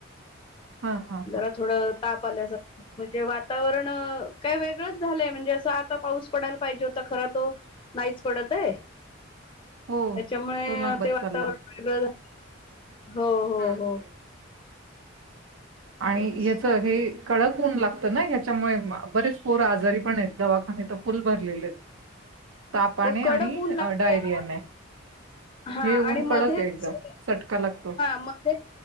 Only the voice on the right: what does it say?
हा हा
हा
<unintelligible>
तो लांबच
चालला
हम्म,
हम्म. आणि
याच हे कडक होऊन लागत ना ह्याच्यामुळे बरेच पोर आजारी पण आहेत दवाखानेत फुल भरलेले तापाने
आणि
डायरियाने
हे ऊन
कडक
आहे एकदम चटका लागतो.